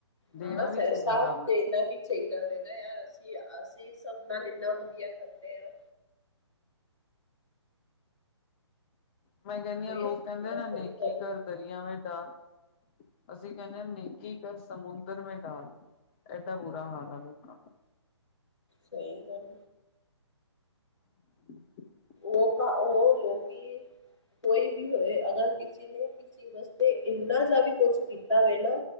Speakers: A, on the left; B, on the left.
A: ਦੇਣਾ
B: ਹਾਂ ਸੇ
A: ਵੀ ਚਾਹੀਦਾ
B: ਸਾਥ
A: ਰੱਬ ਨੂੰ
B: ਦੇਣਾ ਵੀ ਚਾਈਦਾ ਵੇ ਨਾ ਯਾਰ ਅਸੀਂ, ਅਸੀਂ ਸਭ ਨਾਲ ਇੰਨਾ ਵਧੀਆ ਕਰਦੇ ਆਂ।
A: ਮੈਂ ਕਹਿੰਨੀ
B: ਕੋਈ
A: ਆ ਲੋਕ
B: ਅਸੀਂ
A: ਕਹਿੰਦੇ
B: ਪੂਰਾ
A: ਨਾ ਨੇਕੀ
B: ਥੋੜੀ ਕਮੀ
A: ਘਰ ਦਰਿਆ ਮੇਂ ਡਾਲ‌। ਅਸੀਂ ਕਹਿੰਨੇ ਆ ਨੇਕੀ ਕਰ ਸਮੁੰਦਰ ਮੇਂ ਡਾਲ, ਐਡਾ ਬੁਰਾ ਹਾਲ ਆ ਲੋਕਾਂ ਦਾ।
B: ਸਹੀ ਗੱਲ।
A: <inaudible>
B: ਲੋਕਾ ਉਹ ਲੋਕੀ, ਕੋਈ ਵੀ ਹੋਏ ਅਗਰ ਕਿਸੀ ਨੇ ਕਿਸੀ ਵਾਸਤੇ ਇੰਨਾ ਜਾ ਵੀ ਕੁਛ ਕੀਤਾ ਵੇ ਨਾ